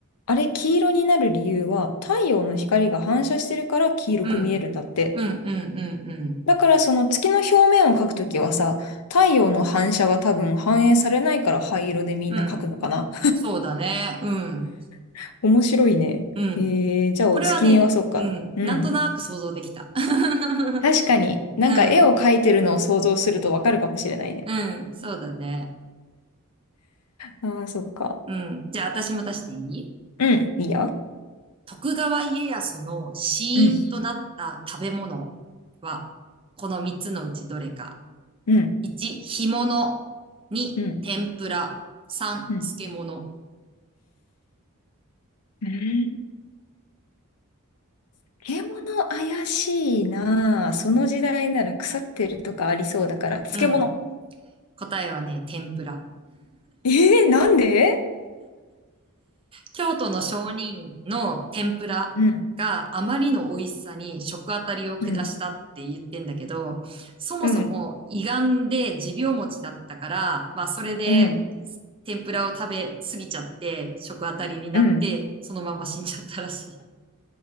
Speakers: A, on the left; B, on the right.
A: あれ、黄色になる理由は、太陽の光が反射してるから黄色く見えるんだって。
B: うん。うん、うん、うん、うん。
A: だからその月の表面を描くときはさ、太陽の反射が多分反映されないから灰色でみんな描くのかな。
B: うん。そうだね。うん。
A: <laughs> 面白いね。
B: うん。
A: えー、じゃあお月見はそっか。
B: これはね、うん。
A: うん。
B: なんとなく想像できた。<laughs>
A: 確かに、なんか絵を描いてるのを想像するとわかるかもしれないね。
B: うん。うん。そうだね。
A: あー、そっか。
B: うん。じゃあ私も出していい
A: うん、いいよ。
B: 徳川家康の死因となった食べ物は、
A: うん、
B: この3つのうちどれか。
A: うん、
B: 1、干物。2、
A: うん、
B: 天ぷら。3、
A: うん。
B: 漬物。
A: うん漬物怪しいなぁ。その時代なら腐ってるとかありそうだから、漬物。
B: うん。答えはね、天ぷら。
A: えー、なんで
B: 京都の商人の天ぷらがあまりの美味しさに食あたりを下したって言ってんだけど、
A: うん、うん、
B: そもそも胃がんで持病持ちだったから、
A: うん、
B: まあそれで
A: うん、
B: 天ぷらを食べ過ぎちゃって食あたりになって、
A: うん。
B: そのまま死んじゃったらしい。